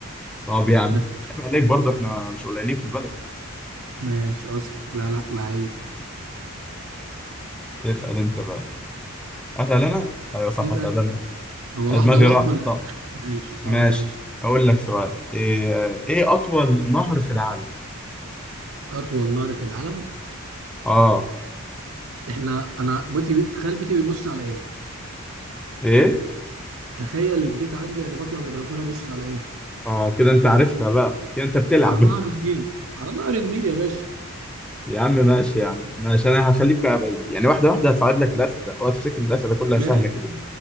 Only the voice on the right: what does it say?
ما-
ماشي اصلي لا لا لعيب
نسأل
هو
واحدة
واحدة
ولا
ماشي
اه ماشي
اطول نهر في العالم
احنا انا بيتي بي... تخيل بيتي بيبص على ايه
تخيل البيت عندي يعني بطلع من البلكونه ابص على ايه
على نهر النيل على نهر النيل يا باشا
ماشي